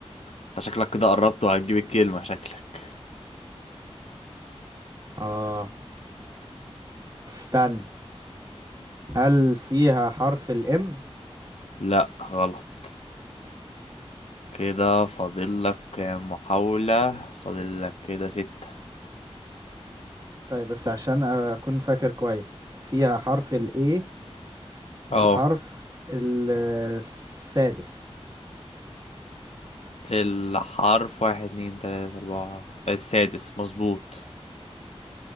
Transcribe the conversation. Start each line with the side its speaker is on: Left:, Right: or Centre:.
Left: انت شكلك كده قربت وهتجيب الكلمة شكلك
Right: اه استنى هل فيها حرف الام
Left: لا غلط كده فاضل لك كام محاولة فاضل لك كده ستة
Right: طيب بس عشان اكون فاكر كويس فيها حرف الاي
Left: اه
Right: الحرف ال- آه، السادس
Left: الحرف واحد اتنين تلاتة أربعة السادس مظبوط